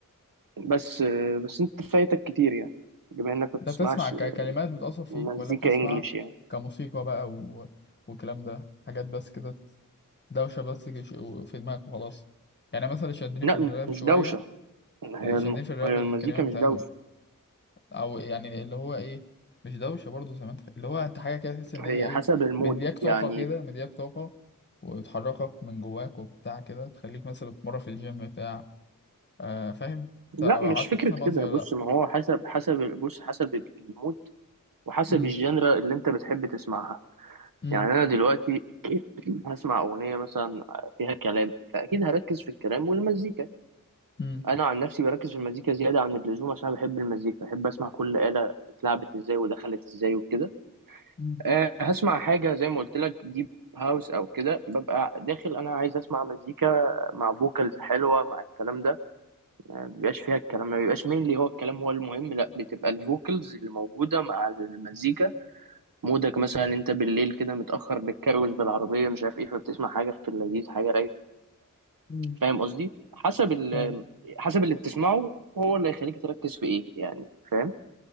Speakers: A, on the right (about 85°); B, on the left (about 35°).
A: بس بس انت فايتك كتير يعني بما انك ما
B: انت
A: بتسمعش
B: بتسمع ككلمات
A: آه،
B: بتأثر فيك
A: مزيكا
B: ولا بتسمع
A: انجليش يعني
B: كموسيقى بقى و... والكلام ده حاجات بس كده دوشة بس كش- في دماغك وخلاص يعني مثلا اللي شدني
A: لا
B: في الراب
A: مش
B: شوية
A: دوشة هي
B: اللي
A: الم-
B: شدني في الراب
A: هي
B: الكلمات
A: المزيكا مش
B: بتاعتهم
A: دوشة
B: أو يعني اللي هو إيه مش دوشة برضه زي ما أنت فاهم. اللي هو أنت حاجة كده تحس إن هي
A: هي
B: إيه
A: حسب المود
B: مدياك طاقة
A: يعني
B: كده مدياك طاقة وتحركك من جواك وبتاع كده تخليك مثلا تتمرن في الجيم بتاع آه فاهم؟
A: لا
B: أنت
A: مش
B: عارف
A: فكرة
B: أنت فاهم قصدي
A: كده
B: ولا
A: بص
B: لأ؟
A: ما هو حسب حسب بص حسب المود وحسب
B: امم
A: الجنرا اللي انت بتحب تسمعها
B: امم
A: يعني انا دلوقتي هسمع اغنية مثلا فيها كلام فاكيد هركز في الكلام والمزيكا
B: امم
A: انا عن نفسي بركز في المزيكا زيادة عن اللزوم عشان بحب المزيكا بحب اسمع كل آلة اتلعبت ازاي ودخلت ازاي وكده
B: امم
A: أه هسمع حاجة زي ما قلت لك ديب هاوس أو كده ببقى داخل أنا عايز أسمع مزيكا مع فوكالز حلوة مع الكلام ده ما بيبقاش فيها الكلام ما بيبقاش مين هو الكلام هو المهم لا بتبقى الفوكالز اللي موجودة مع المزيكا مودك مثلا أنت بالليل كده متأخر بتكروز بالعربية مش عارف إيه فبتسمع حاجة في اللذيذ حاجة رايقة
B: امم
A: فاهم قصدي حسب ال
B: أيوه
A: حسب اللي بتسمعه هو اللي هيخليك تركز في إيه يعني فاهم